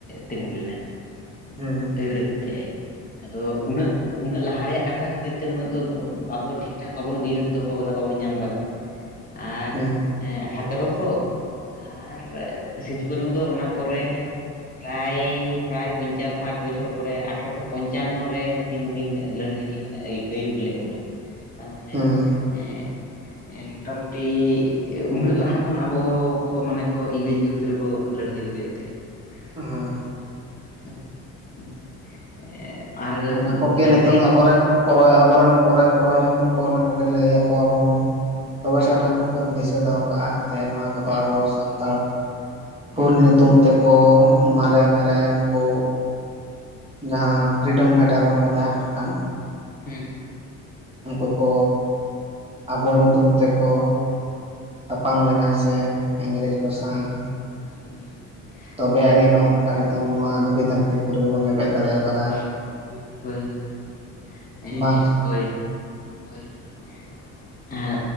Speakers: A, on the left; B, on the right.
A: ᱛᱤᱸᱜᱩ ᱞᱮᱱᱟᱭ ᱾
B: ᱦᱮᱸ ᱾
A: ᱟᱹᱭᱩᱨᱮᱜ ᱠᱚ ᱛᱟᱦᱮᱸᱜᱼᱮ ᱾ ᱟᱫᱚ ᱩᱱᱟᱹᱜ ᱩᱱᱟᱹᱜ ᱞᱟᱦᱟ ᱨᱮᱭᱟᱜ ᱠᱟᱛᱷᱟ ᱠᱷᱟᱹᱛᱤᱨ ᱛᱮ ᱩᱱᱟᱹᱜ ᱟᱵ ᱟᱵᱚ ᱦᱚᱸ ᱴᱷᱤᱠ ᱴᱷᱟᱠ ᱵᱟᱵᱚᱱ ᱩᱭᱦᱟᱹᱨ ᱫᱚᱦᱚ ᱠᱟᱫᱟ ᱵᱟᱵᱚᱱ ᱧᱟᱢ ᱟᱠᱟᱫᱟ
B: <unintelligible>
A: ᱾ ᱟᱨ
B: ᱦᱮᱸ
A: ᱮᱸᱜ ᱥᱟᱛᱮᱨᱚᱥᱚ ᱟᱨ ᱥᱤᱫᱩ ᱠᱟᱹᱱᱩ ᱫᱚ ᱚᱱᱟ ᱯᱚᱨᱮ ᱯᱨᱟᱭ ᱯᱨᱟᱭ ᱯᱚᱧᱪᱟᱥ ᱥᱟᱴ ᱵᱚᱪᱷᱚᱨ ᱯᱚᱨᱮ ᱟᱴᱷᱨᱚᱥᱚ ᱯᱚᱧᱪᱟᱱᱱᱚ ᱨᱮ ᱩᱱᱠᱤᱱ ᱫᱚᱠᱤᱱ ᱞᱟᱹᱲᱦᱟᱹᱭ ᱠᱤᱱ ᱟᱹᱭ ᱟᱹᱭᱩᱨ ᱞᱮᱫ ᱵᱚᱱᱟ ᱾ ᱛᱟᱨᱢᱟᱱᱮ
B: ᱦᱮᱸ
A: ᱮᱸ ᱮᱸ ᱢᱚᱴᱟᱢᱩᱴᱤ ᱩᱱᱟᱹᱜ ᱞᱟᱦᱟ ᱠᱷᱚᱱ ᱟᱵᱚᱻ ᱠᱚ ᱢᱟᱱᱮ ᱠᱚ ᱤᱝᱨᱮᱡᱽ ᱵᱤᱨᱩᱫᱽ ᱨᱮᱠᱚ ᱞᱟᱹᱲᱦᱟᱹᱭ ᱟᱹᱜᱩᱭᱮᱫ ᱛᱟᱦᱮᱸᱫ ᱾
B: ᱦᱮᱸ ᱾
A: <inaudible>
B: ᱚᱱᱟ ᱠᱚ ᱠᱤ
A: ᱞᱟᱹᱲᱦᱟᱹᱭ
B: ᱟᱨ ᱱᱤᱛᱚᱝ ᱟᱵᱚᱨᱮᱱ ᱯᱚᱨᱮ ᱟᱵᱚᱨᱮᱱ ᱯᱚᱨᱮ ᱯᱚᱨᱚᱡᱚᱱᱢᱚ ᱠᱚ ᱚᱱᱟ ᱠᱚᱜᱮ ᱞᱟᱹᱭᱟᱠᱚᱣᱟᱵᱚᱱ, ᱛᱚᱵᱮ
A: ᱦᱮᱸ
B: ᱥᱮ ᱚᱱᱟ ᱠᱚ ᱵᱚᱱ ᱫᱤᱥᱟᱹ ᱫᱚᱦᱚ ᱠᱟᱜᱼᱟ ᱡᱮ ᱱᱚᱣᱟ ᱠᱚᱫᱚ
A: ᱦᱮᱸ
B: ᱟᱵᱚ
A: ᱦᱮᱸ
B: ᱥᱟᱱᱛᱟᱲ ᱦᱩᱞ
A: ᱦᱮᱸ
B: ᱧᱩᱛᱩᱢ ᱛᱮᱠᱚ ᱢᱟᱨᱮ ᱢᱟᱨᱮ ᱱᱩᱠᱩ ᱡᱟᱦᱟᱸ ᱯᱷᱨᱤᱰᱚᱢ ᱯᱷᱟᱭᱴᱟᱨ ᱵᱚᱱ ᱢᱮᱛᱟ ᱦᱟᱠᱚ ᱠᱟᱱ
A: ᱦᱮᱸ ᱦᱮᱸ
B: ᱩᱱᱠᱩ ᱠᱚᱼᱼ ᱟᱵᱚ ᱧᱩᱛᱩᱢ ᱛᱮᱠᱚ ᱛᱟᱯᱟᱢ ᱞᱮᱱᱟ ᱥᱮᱼᱼ ᱤᱝᱨᱮᱡᱽ ᱠᱚ ᱥᱟᱶ
A: ᱦᱮᱸ
B: ᱛᱚᱵᱮ
A: ᱦᱳᱭ
B: ᱟᱹᱱᱤᱡ ᱱᱚᱝᱠᱟ ᱱᱤᱛᱚᱝ ᱱᱚᱣᱟ ᱫᱷᱩᱲᱤ ᱫᱷᱟᱹᱨᱛᱤ ᱯᱩᱨᱤ ᱵᱚᱱ ᱞᱮᱵᱮᱫ ᱫᱟᱲᱮᱣ ᱠᱟᱫᱟ
A: <unintelligible> ᱦᱳᱭ ᱦᱳᱭ ᱮᱸ
B: ᱵᱟᱝ ᱥᱮ
A: ᱦᱳᱭ ᱦᱳᱭ <inaudible> ᱟᱨ